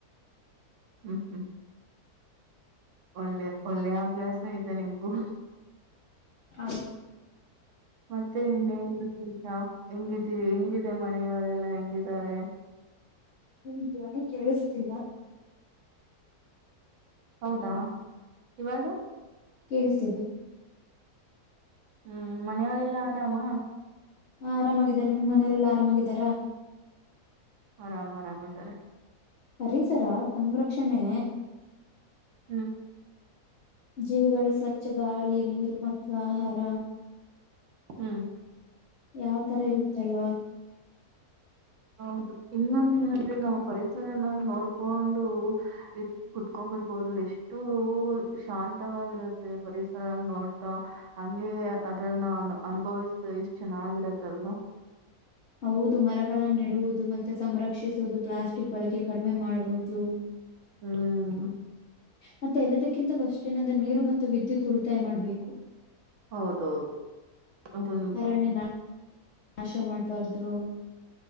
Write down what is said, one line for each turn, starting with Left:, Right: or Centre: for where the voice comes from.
Right: ಹ್ಮ್ ಹ್ಮ್ ಒಂದೆ ಒಳ್ಳೆ ಅಭ್ಯಾಸ ಇದೆ ನಿಮಗೂ
Left: ಹ
Right: ಮತ್ತೆ ಇನ್ನೇನ್ ವಿಶೇಷ ಹೆಂಗಿದೀ ಹೆಂಗಿದೆ ಮನೆಯವರೆಲ್ಲಾ ಹೆಂಗಿದ್ದಾರೆ
Left: ನಿಮ ಧ್ವನಿ ಕೇಳಿಸ್ತಿಲ್ಲ
Right: ಹೌದಾ ಇವಾಗ
Left: ಕೇಳಿಸ್ತೀದೆ
Right: ಹ್ಮ್ ಮನೆಯವಳ ಎಲ್ಲ ಆರಾಮಾ
Left: ಹ ಆರಾಮಾಗಿದಿದ್ದಾರೆ ನಿನ್ ಮನೆಯವರೆಲ್ಲ ಆರಾಮಾಗಿದ್ದಾರಾ
Right: ಆರಾಮ್ ಆರಾಮ ಇದ್ದರೆ
Left: ಪರಿಸರ ತಂದ್ರ ಕ್ಷಣೇ
Right: ಹ್ಮ್
Left: ಜೀವಿಗಳು ಸ್ವಚ್ಛ ಗಾಳಿ ನೀರು ಮತ್ತು ಆಹಾರ
Right: ಹ್ಮ್
Left: ಯಾವ ತರ ಇರುತ್ತೆಲ್ವಾ
Right: ಹೌದು ಇನ್ನೊಂದ ಏನಲ್ರಿ ನಾವವು ಪರಿಸರನ ನೋಡ್ಕೊಂಡು ಇ ಕುತ್ಕೊಂಡಬಿಡ್ಬೋದು ಎಷ್ಟು ಶಾಂತವಾಗಿರತ್ತೆ ಪರಿಸರ ನೋಡ್ತಾ ಹಂಗಗೆ ಅದ್ರನ್ನ ಅನ್ ಅನುಭವಿಸತ ಎಷ್ಟ್ ಚೆನ್ನಾಗಿರತ್ತ ಅಲ್ದು
Left: ಹೌದು ಮರಗಳನ್ನ ಇಡುವುದು ಮತ್ತೆ ಸಂರಕ್ಷಿಸುವುದು ಪ್ಲಾಸ್ಟಿಕ್ ಬಳಕೆ ಕಡಿಮೆ ಮಾಡುವುದು
Right: ಹ್ಮ್
Left: ಮತ್ತತ್ತೆಲ್ಲದ ಕಿಂತ ಅಷ್ಟೇನಂದ್ರೆ ನೀರು ಮತ್ತು ವಿದ್ಯುತ್ ಉಳಿತಾಯ ಮಾಡ್ಬೇಕು
Right: ಹೌದೌದು <unintelligible>
Left: ಅರಣ್ಯ ನಾಶ ಮಾಡ್ಬಾರ್ದು